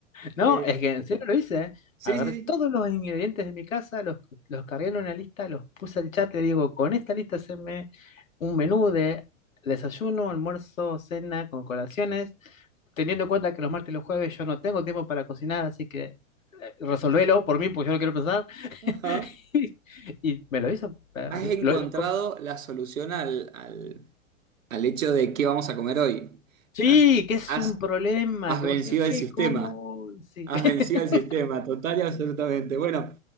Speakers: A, on the left (about 80°); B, on the right (about 75°).
A: No,
B: Eh,
A: es que en serio lo hice. ¿eh?
B: sí,
A: Agarré
B: sí,
A: todos
B: sí.
A: los ingredientes de mi casa, los, los cargué en una lista, los puse al chat, le digo, con esta lista haceme un menú de desayuno, almuerzo, cena, con colaciones, teniendo en cuenta que los martes y los jueves yo no tengo tiempo para cocinar, así que eh, resolvelo por mí, porque yo no quiero pensar.
B: Ajá.
A: <laughs> Y me lo hizo eh,
B: Has
A: así.
B: encontrado
A: Lo- lo- co-
B: la solución al, al- al hecho de qué vamos a comer hoy.
A: sí,
B: Has,
A: que es
B: has-
A: un problema,
B: has
A: que
B: vencido
A: vos decís,
B: el
A: ¿qué?
B: sistema.
A: ¿Cómo? Sí.
B: Has
A: <laughs>
B: vencido el sistema, total y absolutamente. Bueno,